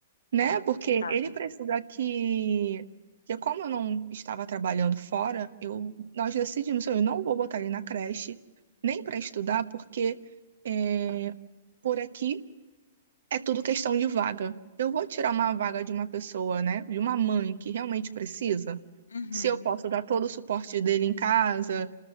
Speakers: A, on the right; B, on the left.
A: Né?
B: é
A: Porque
B: complicado.
A: ele precisa que, que como eu não estava trabalhando fora, eu, nós decidimos, eu não vou botar ele na creche, nem para estudar, porque é, por aqui é tudo questão de vaga. Eu vou tirar uma vaga de uma pessoa, né? De uma mãe que realmente precisa,
B: Uhum,
A: se eu posso dar todo o suporte dele em casa,